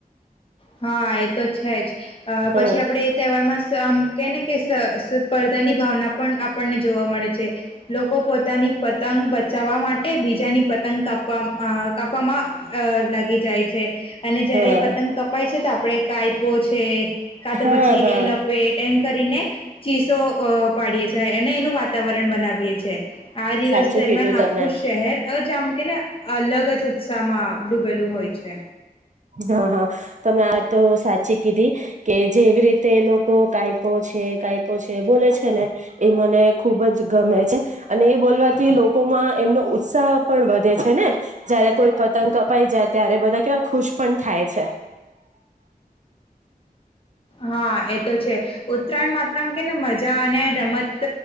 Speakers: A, on the left; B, on the right.
A: હા એ તો જ છે જ
B: હા
A: પછી આપડે એ તહેવાર માં મ કેને કે સ્પર્ધાની ભાવના પણ આપણને જોવા મળે છે લોકો પોતાની પતંગ બચાવવા માટે બીજાની પતંગ કાપવા કાપવામાં અ લાગી જાય છે અને જયારે
B: હા
A: પતંગ ક છે તો આપડે કાપો છે કા તો
B: હા
A: પછી
B: હા
A: એ લપેટ એમ કરીને ચીસો અ પાડીએ છે અનેને એનું વાતાવરણ બનાવીએ છ છેએ આ દિવસ
B: સાચું
A: દરમિયાન
B: કીધું
A: આખું
B: તમે
A: શહેર જ આમ કે ને અલગ જ ઉત્સાહ માં ડૂબેલું હોય છે
B: હા હા તમે આ તો સાચી કીધી કે જેવી રીતે તે લોકો કાાયપો છે કાપો છે બોલે છે ને એ મને ખુબ જ ગમે છે અને એ બોલવાથી લોકોમાં એમનો ઉત્સાહ પણ વધે છે ને જયારે કોઈ પતંગ કપાઈ જાય ત્યારે બધા કેવા ખુશ પણ થાય છે
A: હા એ તો છે ઉત્તરાયણ માત્રમ કે ને મજા અને રમત